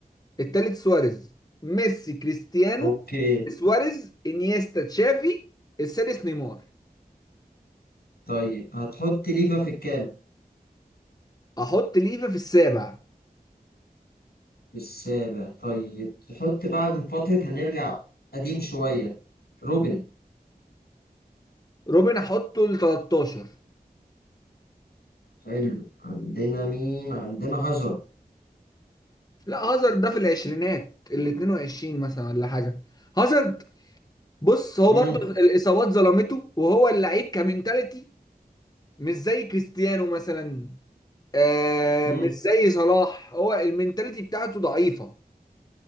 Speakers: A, on the left; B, on the left.
A: التالت سواريز ميسي كريستيانو
B: اوكي
A: سواريز انيستا تشافي السادس نيمار
B: طيب هتحط ليفا في الكام
A: احط ليفا في السابع
B: في السابع طيب تحط بقى من فترة هنرجع قديم شوية روبن
A: روبن احطه ل 13
B: حلو عندنا مين عندنا هازارد
A: لا هازارد ده في العشرينات ال 22 مثلا ولا حاجه هازارد بص هو
B: امم
A: برضه الاصابات ظلمته وهو اللعيب كمنتاليتي مش زي كريستيانو مثلا آه
B: امم
A: مش زي صلاح هو المنتاليتي بتاعته ضعيفه